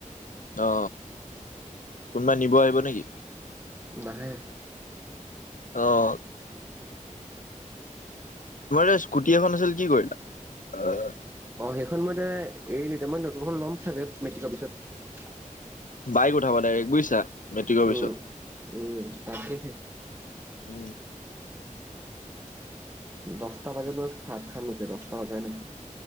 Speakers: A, on the left; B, on the right.
A: অ কোনোবা নিব আহিব নিকি
B: নাহে
A: অঁ তোমাৰ এই স্কুটি এখন আছিল কি কৰিলা। আহ
B: অ সেইখন মই এতিয়া এৰিলোঁ মই নতুনখন ল'ম চাগে মেট্ৰিকৰ পিছত।
A: বাইক উঠাবা ডাইৰেক বুজিছা মেট্ৰিকৰ
B: উম।
A: পিছত
B: উম তাকেহে
A: উম
B: দচটা বাজি লওক ভাত খাম এতিয়া দহটা বাজাই নাই।